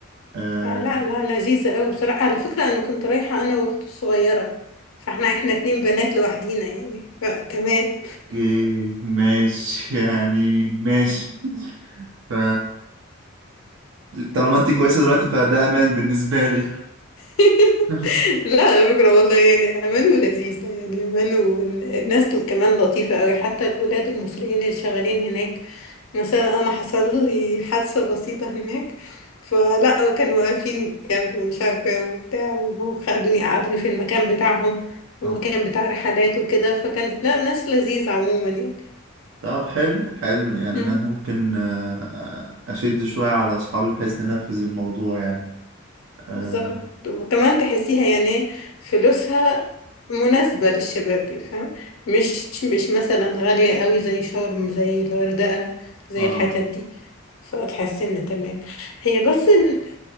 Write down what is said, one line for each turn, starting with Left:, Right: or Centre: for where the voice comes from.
Right: آه،
Left: آه، لا لا لذيذة أوي بصراحة على فكرة أنا كنت رايحة أنا وأختي الصغيرة فاحنا احنا اتنين بنات لوحدينا يعني فتمام
Right: أوكي ماشي <laughs> يعني ماشي ف طالما انت كويسه دلوقتي فده امان بالنسبه لي
Left: <laughs>
Right: <laughs>
Left: لا على فكرة والله يعني أمان ولذيذة يعني أمان والناس كمان لطيفة أوي حتى الولاد المصريين اللي شغالين هناك مثلا أنا حصل لي حادثة بسيطة هناك فلا كانوا واقفين جنبي ومش عارفة إيه وبتاع وخدوني قعدوني في المكان بتاعهم المكان
Right: آه.
Left: بتاع رحلات وكده فكانت لا ناس لذيذة عموما
Right: طب حلو حلو يعني
Left: يعني
Right: انا ممكن آه، اشد شويه على اصحابي بحيث ننفذ الموضوع يعني اه
Left: بالظبط وكمان تحسيها يعني إيه، فلوسها مناسبة للشباب فاهم مش مش مثلا غالية قوي زي شرم زي الغردقة زي
Right: آه.
Left: الحتت دي فتحسي ان تمام هي بس ال-